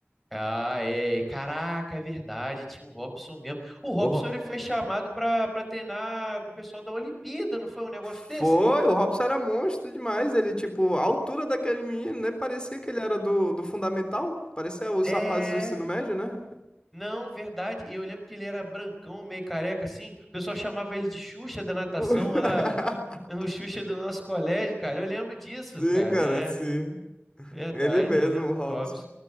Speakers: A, in the centre; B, on the left (about 20°).
A: Ah, é. Caraca, é verdade. Tinha o Robson mesmo. O
B: O,
A: Robson ele foi chamado pra para treinar com o pessoal da Olimpíada, não foi um negócio
B: Foi,
A: desse?
B: o Robson era monstro demais. Ele, tipo, a altura daquele menino, né? Parecia que ele era do, do fundamental. Parecia os
A: É.
B: rapazes do ensino médio, né?
A: Não, verdade. E eu lembro que ele era brancão, meio careca assim. O pessoal chamava ele de Xuxa da natação.
B: <laughs>
A: Ela <laughs> é o Xuxa do nosso colégio, cara. Eu lembro disso,
B: Sim,
A: cara.
B: cara,
A: É
B: sim.
A: verdade.
B: Ele mesmo,
A: Eu lembro
B: o
A: do
B: Robson.
A: Robson.